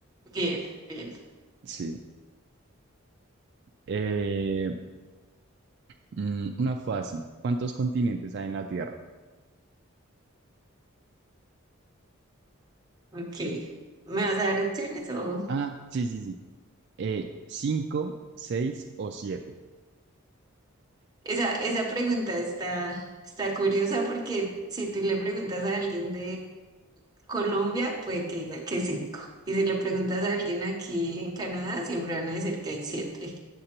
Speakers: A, on the right; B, on the right.
A: Bien, bien,
B: Sí. Eh, mm, una fácil. ¿Cuántos continentes hay en la Tierra?
A: ok. ¿Me vas a dar opciones o...?
B: Ah, sí, sí, sí. Eh, ¿cinco, seis o siete?
A: Esa, esa pregunta está, está curiosa porque si tú le preguntas a alguien de Colombia, puede que diga que cinco. Y si le preguntas a alguien aquí en Canadá, siempre van a decir que hay siete.